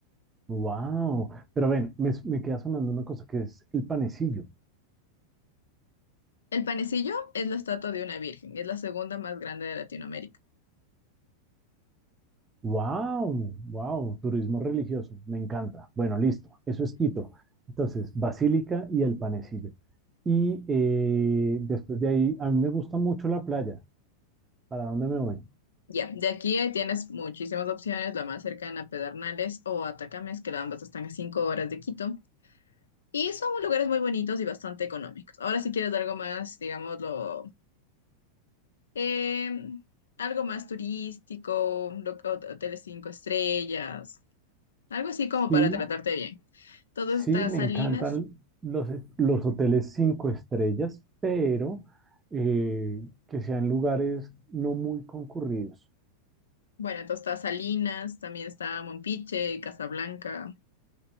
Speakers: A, on the right; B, on the left.
A: Wow, pero ven, me, me queda sonando una cosa que es el panecillo.
B: El panecillo es la estatua de una virgen, es la segunda más grande de Latinoamérica.
A: Wow, wow, turismo religioso, me encanta. Bueno, listo, eso es Quito. Entonces, Basílica y el panecillo. Y eh, después de ahí, a mí me gusta mucho la playa. ¿Para dónde me voy?
B: Ya, de aquí eh, tienes muchísimas opciones, la más cercana a Pedernales o Atacames, que ambas están a cinco horas de Quito, y son lugares muy bonitos y bastante económicos. Ahora, si quieres algo más, digámoslo, em, algo más turístico, lo- hot- hoteles cinco estrellas, algo así como
A: Sí,
B: para tratarte bien. Entonces
A: sí,
B: está
A: me
B: Salinas,
A: encantan los, los hoteles cinco estrellas, pero eh, que sean lugares no muy concurridos.
B: bueno, entonces está Salinas, también está Mompiche, Casablanca,